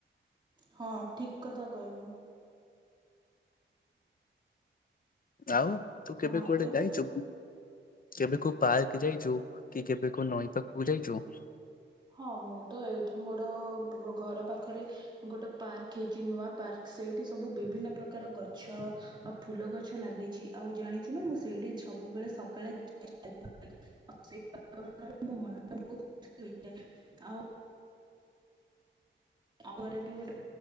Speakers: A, on the right (about 20°); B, on the left (about 45°).
A: ହଁ ଠିକ କଥା କହିଲୁ।
B: ଆଉ ତୁ କେବେ
A: ହଁ
B: କୁଆଡ଼େ
A: ଏଇଟା
B: ଯାଇଛୁ
A: ତ
B: କେବେ କୋଉ ପାର୍କ ଯାଇଛୁ କି କେବେ କୋଉ ନଈ ପାଖକୁ ଯାଇଚୁ
A: ହଁ ମୁଁ ତ ଏଇଠି ମୋର ଘର ପାଖରେ ଗୋଟେ ପାର୍କ ହେଇଛି ନୂଆ ପାର୍କ ସେଇଠି ସବୁ ବିଭିନ୍ନ ପ୍ରକାର ଗଛ ଆଉ ଫୁଲ ଗଛ ଲାଗିଛି ଆଉ ଜାଣିଛୁ ନା ମୁଁ ସେଇଠି ସବୁବେଳେ ସକାଳେ ଯ <unintelligible> ଆଉ ସେଇ ବାତାବରଣରେ ମୋ ମନଟା ବହୁତ ଖୁସି ହୁଏ। ଆଉ ଆମ ଘରେ ବି ଗୋଟେ